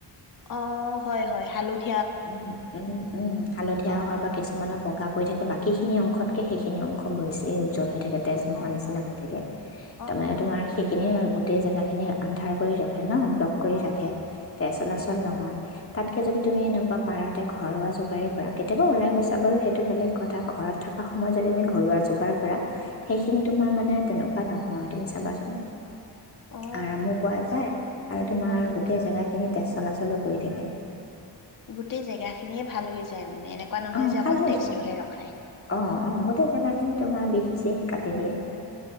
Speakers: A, on the left; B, on the left.
A: অ', হয়, হয় হালধি
B: উম, উম, উম, হালধীয়া
A: অ
B: হয়
A: অ
B: বা
A: অ
B: কিছুমানৰ বগা বৈ থাক বাকীখিনি অংশতকে সেইখিন অংশ বছি উজ্জ্বল হৈ থাকে। থাকে তেজ নোহোৱা
A: অ
B: নিচিনা
A: অ
B: হৈ থাকে
A: অ
B: তাৰমানে
A: অ
B: তোমাৰ সেইখিনিয়ে আৰু গোটেই জেগাখিনি আন্ধাৰ কৰি ৰাখে ন'। লগ কৰি
A: অ অ
B: ৰাখে
A: অ
B: তেজ চলাচল নহয় তাতকৈ যদি তুমি এনে কুৱা পাৰাতে ঘৰুৱা যোগাৰ কৰা কেতিয়াবা ওলাই গৈছা বাৰু সেইটো বেলেগ কথা ঘৰত থকা সময়ত যদি তুমি ঘৰুৱা যোগাৰ কৰা সেইখিনি তোমাৰ
A: অ
B: মানে তেনে ৱা নহয় তুমি চাবাচোন।
A: অ
B: আৰামো পোৱা যায়
A: সেইটো
B: আৰু তোমাৰ
A: হয় কিন্তু
B: গোটেই
A: উম।
B: জেগা খিনি তেজ চলাচলক কৰি থাকে।
A: গোটেই জেগাখিনিয়ে ভাল হৈ যায় মানে এনেকুৱা নহয়
B: অ',
A: যে
B: ভাল
A: অকল
B: হৈ
A: তেজটোহে
B: যায়
A: ৰখায়
B: অ', অ', গোটেই জেগাখিনি তোমাৰ বিষ চিশ কাটি দিয়ে।